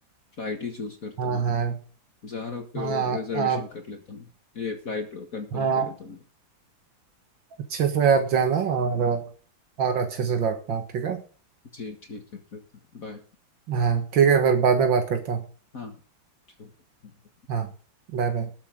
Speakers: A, on the left; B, on the right.
A: फ्लाइट ही चूज करता
B: हाँ
A: हूँ
B: हाँ
A: जहरा फिर
B: हाँ
A: रिजर्वेशन
B: आप
A: कर लेता हूँ ये फ्लाइट कंफर्म
B: हाँ
A: कर लेता हूँ
B: अच्छे से आप जाना और और अच्छे से लौटना ठीक है
A: जी ठीक है फिर बाय
B: हाँ ठीक है फिर बाद में बात करता हूँ
A: हाँ ठीक है
B: हाँ Bye bye